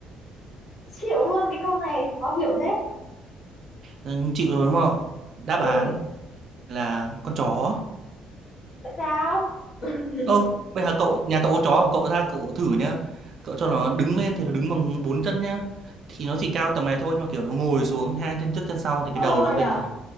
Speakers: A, on the left; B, on the right.
A: chịu luôn cái câu này khó hiểu thế
B: Ừ, chịu rồi đúng không đáp
A: ừ
B: án là con chó
A: tại sao <laughs>
B: ô bây giờ cậu nhà cậu có chó không? cậu ra cậu thử nhá cậu cho nó đứng lên thì nó đứng bằng bốn chân nhá thì nó chỉ cao tầm này thôi nhưng mà kiểu nó ngồi xuống hai chân trước chân sau thì
A: ờ
B: cái đầu nó vỉnh
A: nhở
B: lên.